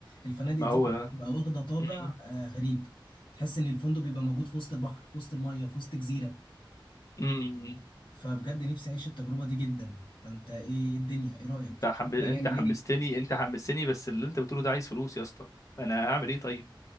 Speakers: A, on the left; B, on the left.
A: الفنادق
B: ما
A: دي
B: هو
A: بتبقى واخده طابع
B: امم
A: آه، غريب تحس ان الفندق بيبقى موجود في وسط البحر في وسط الميه في وسط جزيره
B: امم
A: فبجد نفسي اعيش التجربه دي جدا فانت ايه إيه الدنيا ايه رايك
B: انت حم...
A: شوف
B: انت
A: هنعمل
B: حمستني
A: ايه
B: انت حمستني بس اللي انت بتقوله ده عايز فلوس يا اسطى انا اعمل ايه طيب